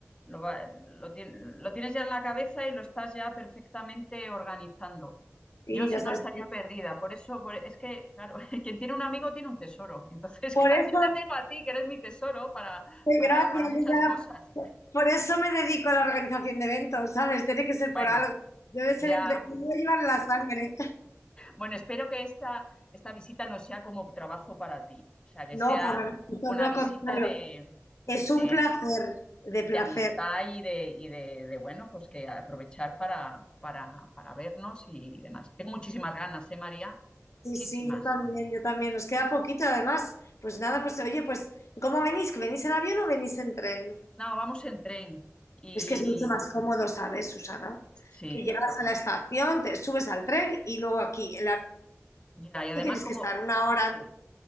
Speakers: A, on the left; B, on the left.
A: lo, va- lo tien- lo tienes ya en la cabeza y lo estás ya perfectamente organizando.
B: Sí,
A: Yo si
B: ya sabes.
A: no estaría perdida, por eso, por- es que, claro, <laughs> quien tiene un amigo tiene un tesoro. Entonces,
B: Por
A: <laughs> claro,
B: eso,
A: yo te tengo a ti, que eres mi tesoro para,
B: sí,
A: para,
B: gracias,
A: para muchas
B: ya-
A: cosas.
B: por eso me dedico a la organización de eventos, ¿sabes? Tiene que ser
A: Bueno,
B: por algo. Debe ser,
A: ya,
B: me debe llevar en la sangre.
A: bueno, espero que esta, esta visita no sea como trabajo para ti, o sea, que
B: No,
A: sea
B: para nada, todo
A: una
B: lo
A: visita
B: contrario.
A: de,
B: Es un
A: de
B: placer, de placer.
A: de amistad y de, y de, de, bueno, pues que aprovechar para, para, para vernos y demás. Tengo muchísimas ganas, ¿eh, María?
B: Sí,
A: Muchísimas.
B: sí, yo también, yo también. Nos queda poquito, además. Pues nada, pues oye, pues, ¿cómo venís? ¿Que venís en avión o venís en tren?
A: No, vamos en tren. Y
B: Es que es mucho más cómodo, ¿sabes, Susana?
A: sí,
B: Que llegas a la estación, te subes al tren y luego aquí. En la
A: ya, y además
B: tienes
A: como,
B: que estar una hora
A: sí,
B: antes.